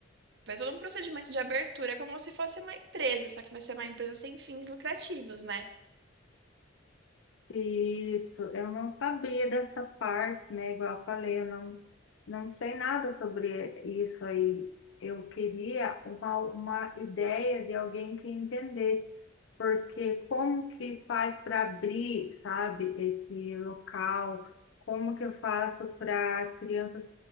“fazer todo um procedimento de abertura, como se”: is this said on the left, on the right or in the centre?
Right